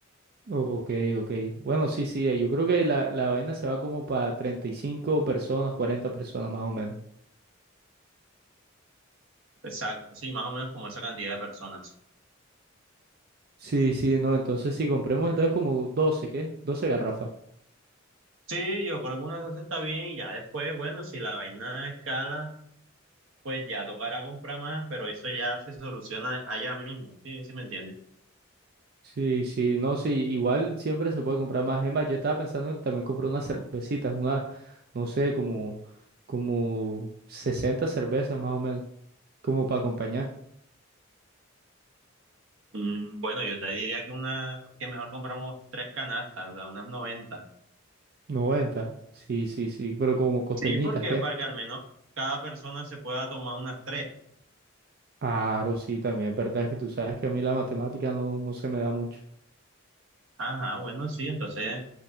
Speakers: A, on the right (about 50°); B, on the right (about 75°).
A: Ok, ok. Bueno, sí, sí, eh, yo creo que la, la vaina se va como para 35 personas, 40 personas más o menos.
B: Exacto, sí, más o menos como esa cantidad de personas.
A: Sí, sí, no, entonces si compremos entonces como doce ¿qué? 12 garrafas.
B: Sí, yo creo que unas dos está bien y ya después, bueno, si la vaina escala. pues ya tocará comprar más, pero eso ya se soluciona allá mismo, ¿sí? ¿Sí me entiendes?
A: Sí, sí, no, sí, igual siempre se puede comprar más. Es más, yo estaba pensando en también comprar unas cervecitas, unas, no sé, como, como 60 cervezas más o menos. Como para acompañar.
B: Mm, bueno, yo te diría que una, que mejor compramos tres canastas, ¿verdad? unas noventa
A: noventa Sí, sí, sí. Pero como costeñitas,
B: Sí, porque
A: ¿qué?
B: para que al menos cada persona se pueda tomar unas tres.
A: Claro, sí, también es verdad que tú sabes que a mí la matemática no, no se me da mucho.
B: Ajá, bueno, sí, entonces,